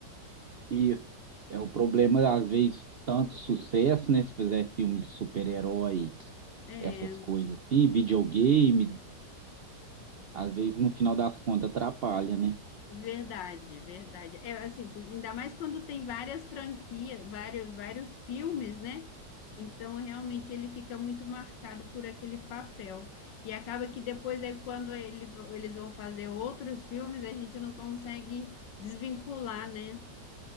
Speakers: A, on the right; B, on the left.
A: Isso. É o problema, às vezes, tanto sucesso, né? Se fizer filme de super-herói,
B: É.
A: essas coisas assim, videogame, às vezes no final das contas atrapalha, né?
B: Verdade, verdade. É assim, por- ainda mais quando tem várias franquias, vários, vários filmes, né? Então, realmente, ele fica muito marcado por aquele papel. E acaba que depois, aí, quando ele, eles vão fazer outros filmes, a gente não consegue desvincular, né?